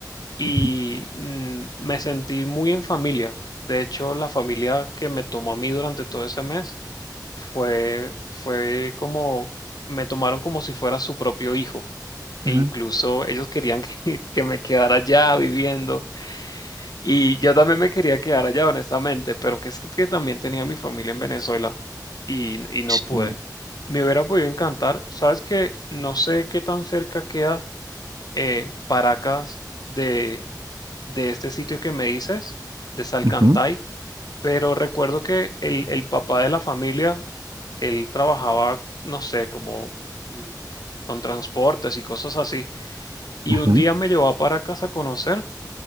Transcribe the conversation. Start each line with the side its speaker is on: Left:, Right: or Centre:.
Left: Y
Right: ujú,
Left: mm, me sentí muy en familia. De hecho, la familia que me tomó a mí durante todo ese mes fue, fue como, me tomaron como si fuera su propio hijo. E
Right: ujú,
Left: incluso
Right: ujú,
Left: ellos querían que, <laughs> que me quedara allá viviendo. Y yo también me quería quedar allá, honestamente, pero que es que, también tenía mi familia en Venezuela y, y no
Right: Sí.
Left: pude. Me hubiera podido encantar. Sabes que no sé qué tan cerca queda eh, Paracas de, de este sitio que me dices, de Salcantay.
Right: ujú,
Left: Pero recuerdo que el, el papá de la familia, él trabajaba, no sé, como mm, con transportes y cosas así. Y
Right: ujú,
Left: un día me llevó para casa a conocer